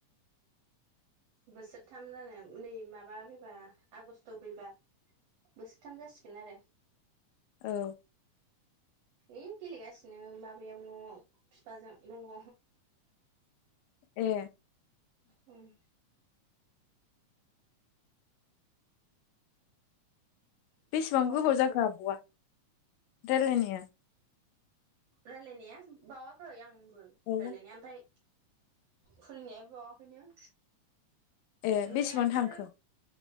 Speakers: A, on the right; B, on the left.
A: बोसोरथाम जानो नै माबा फैबा आगस्ट' फैबा बोसोरथाम जासिगोन आरो।
B: औ
A: ए गेलेगासिनो माबायाव न'आव बिफाजों दङ
B: ए
A: उम
B: बेसेबां
A: लागासिनो
B: गोबाव जाखो आबौआ रायज्लायनाया?
A: रायलायनाया बावाखै आंबो रायलायनाया
B: औ
A: ओमफ्राय फुलिनायाबो बावाखैनो
B: ए
A: ओमफ्राय
B: बेसेबां थांखो
A: आरो